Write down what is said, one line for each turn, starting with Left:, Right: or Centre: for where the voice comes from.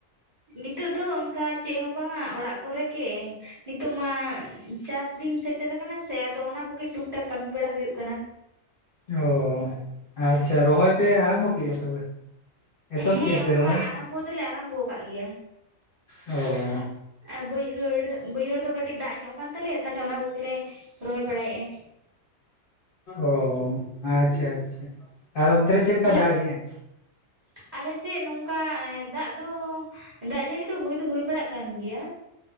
Right: ᱱᱤᱛᱚᱜ ᱫᱚ ᱚᱱᱠᱟ ᱪᱮᱜ ᱦᱚᱸ ᱵᱟᱝᱟ ᱚᱲᱟᱜ ᱠᱚᱨᱮ ᱜᱮ᱾ ᱱᱤᱛᱚᱜ ᱢᱟ ᱪᱟᱥ ᱫᱤᱱ ᱥᱮᱴᱮᱨ ᱟᱠᱟᱱᱟ ᱥᱮ ᱟᱫᱚ ᱚᱱᱟ ᱠᱚᱜᱮ ᱴᱩᱠ ᱴᱟᱠ ᱠᱟᱹᱢᱤ ᱵᱟᱲᱟ ᱦᱩᱭᱩᱜ ᱠᱟᱱᱟ᱾
Left: ᱚ ᱟᱪᱪᱷᱟ ᱨᱚᱦᱚᱭ ᱯᱮ ᱟᱨᱟᱢᱵᱷᱚ ᱠᱮᱜᱼᱟ ᱛᱚᱵᱮ? ᱮᱛᱚᱦᱚᱵ
Right: ᱦᱮᱸ
Left: ᱠᱮᱫᱼᱟ ᱯᱮ
Right: ᱚᱝᱠᱟ
Left: ᱨᱚᱦᱚᱭ
Right: ᱟᱨᱟᱢᱵᱷᱚ ᱫᱚᱞᱮ ᱟᱨᱟᱢᱵᱷᱚ ᱠᱟᱜ ᱜᱮᱭᱟ᱾
Left: ᱚᱻ
Right: ᱟ ᱵᱟᱹᱭᱦᱟᱹᱲ ᱵᱟᱹᱭᱦᱟᱹᱲ ᱫᱚ ᱠᱟᱹᱴᱤᱜ ᱫᱟᱜᱽ ᱧᱚᱜ ᱠᱟᱱ ᱛᱟᱞᱮᱭᱟ ᱛᱟᱦᱚᱞᱮ ᱚᱱᱟ ᱠᱚᱜᱮᱞᱮ ᱨᱚᱦᱚᱭ ᱵᱟᱲᱟᱭᱮᱜᱼᱟ᱾
Left: ᱚ ᱟᱪᱪᱷᱟ ᱟᱪᱪᱷᱟ ᱟᱨ ᱚᱱᱛᱮ ᱨᱮ ᱪᱮᱜ ᱞᱮᱠᱟ
Right: ᱛᱟᱦᱞᱮ
Left: ᱫᱟᱜᱮᱜᱼᱟᱭ?
Right: ᱟᱞᱮ ᱥᱮᱜ ᱱᱚᱝᱠᱟ ᱮᱸ ᱫᱟᱜᱽ ᱫᱚ ᱫᱟᱜᱽ ᱡᱟᱹᱲᱤ ᱫᱚ ᱦᱩᱭ ᱫᱚ ᱦᱩᱭ ᱵᱟᱲᱟᱜ ᱠᱟᱱ ᱜᱮᱭᱟ᱾